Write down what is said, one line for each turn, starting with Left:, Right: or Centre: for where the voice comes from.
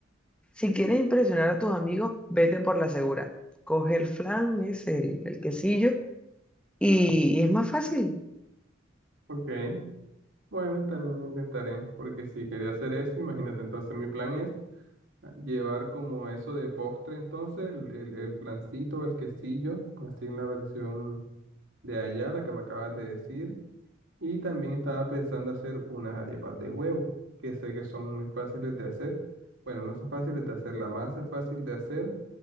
Centre: si quieres impresionar a tus amigos, vete por la segura. Coge el flan, es el, el quesillo, y y es más fácil.
Right: Ok, bueno, también lo intentaré, porque si quería hacer eso, imagínate, entonces mi plan es llevar como eso de postre, entonces el, el, el flancito, el quesillo, así en la versión de allá, la que me acabas de decir. Y también estaba pensando hacer unas arepas de huevo, que sé que son muy fáciles de hacer. Bueno, no son fáciles de hacer, la masa es fácil de hacer